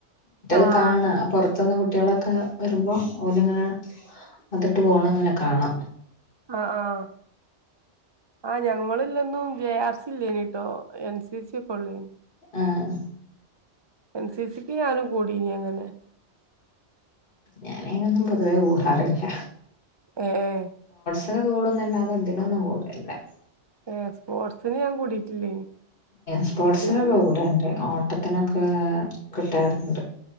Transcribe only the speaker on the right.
ആഹ്
ആഹ് ആഹ് ആ ഞങ്ങൾല്ലൊന്നും ജെ ആർ സി ഇല്ലേനിട്ടോ എൻ സി സി ഒക്കെ ഉള്ളേനി-
എൻസി സിക്ക് ഞാനും കൂടനി അങ്ങനെ
ഉം ഉം
ഏഹ് സ്പോർട്സിന് ഞാൻ കൂടിയിട്ടില്ലേനി.
പിന്നെ